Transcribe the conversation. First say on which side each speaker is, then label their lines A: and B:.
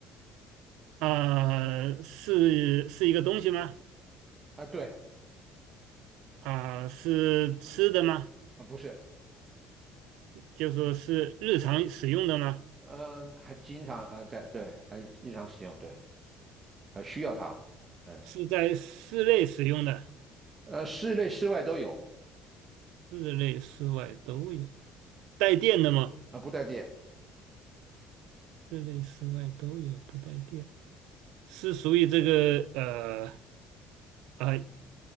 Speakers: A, on the right; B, on the right.
A: 啊，是是一个东西吗？
B: 啊，对，
A: 啊，是吃的吗？
B: 啊不是，
A: 就说是日常使用的吗？
B: 嗯，还经常啊在对，啊日常使用，对，啊需要它，嗯，
A: 是在室内使用的，
B: 呃，室内室外都有
A: 室内室外都有。带电的吗？
B: 啊、呃不带电
A: 室内室外都有，不带电。是属于这个呃呃